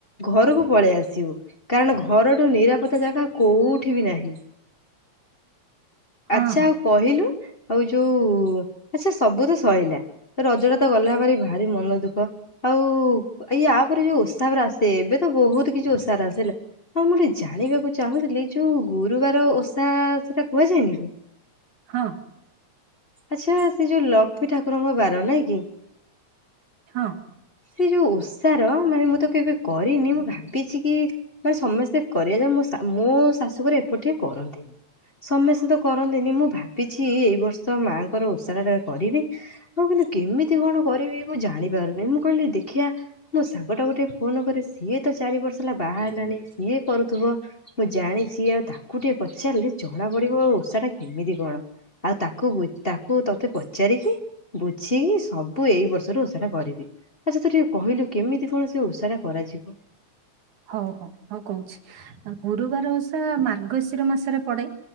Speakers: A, on the left; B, on the right.
A: ଘରକୁ ପଳେଇ ଆସିବୁ କାରଣ ଘରଠୁ ନିରାପତ୍ତା ଜାଗା କୋଉଠି ବି ନାହିଁ
B: ହଁ
A: ଆଚ୍ଛା
B: ହଁ
A: ଆଉ କହିଲୁ ଆଉ ଯୋଉ ଆଚ୍ଛା ସବୁ ତ ସରିଲା ତ ରଜଟା ତ ଗଲା ଭାର ଭାରି ମନ ଦୁଃଖ ଆଉ ଏଇୟା ପରେ ଯୋଉ ଓସା ହେରା ଆସେ ଏବେ ତ ବହୁତ କିଛି ଓସା ହେରା ଆସେ ହେଲା ହଁ ମୁଁ ଗଟେ ଜାଣିବାକୁ ଚାହୁଁଥିଲି ଯୋଉ ଗୁରୁବାର ଓଷା ସେଟା କୁହାଯାଏ ନି କି? <unintelligible>
B: ହଁ
A: ଆଚ୍ଛା ସେ ଯୋଉ ଲକ୍ଷ୍ମୀ ଠାକୁରଙ୍କ ବାର ନାଇଁ କି?
B: ହଁ
A: ସେ ଯୋଉ ଓଷାର ମାନେ ମୁଁ ତ କେବେ କରିନି ମୁଁ ଭାବିଛି କି ମାନେ ସମସ୍ତେ କରିବା ଯେ ମୋ ଶାଶୁଘର ଏପଟ ଟିକେ କରନ୍ତିନି ସମସ୍ତେ ତ କରନ୍ତିନି ମୁଁ ଭାବିଛି ଏଇ ବର୍ଷ ମାଙ୍କର ଉଷାର ଟା କରିବି ହଉ କିନ୍ତୁ କେମିତି କଣ କରିବି ମୁଁ ଜାଣିପାରୁନି ମୁଁ କହିଲି ଦେଖିବା ମୋ ସାଙ୍ଗଟା ଗୋଟେ ଫୋନ କରେ ସିଏ ତ ଚାରି ବର୍ଷ ହେଲା ବାହା ହେଲାଣି ସିଏ କରୁଥିବ ମୁଁ ଜାଣିଛି ଆଉ ତାକୁ ଟିକେ ପଚାରିଲେ ଜଣା ପଡିବ ଓଷା ଟା କେମିତି କଣ ଆଉ ତାକୁ ବୁଝ ତା ମୁ ତତେ ପଚାରିକି ବୁଝିକି ସବୁ ଏଇ ବର୍ଷରୁ ଓଷା ଟା କରିବି ଆଚ୍ଛା ତ ଟିକେ କହିଲୁ କେମିତି କଣ ସେ ଉଷା ଟା କରାଯିବ?
B: ହଉ ହଉ ହଉ କହୁଛି ଗୁରୁବାର ଓସା ମାର୍ଗଶିର ମାସରେ ପଡେ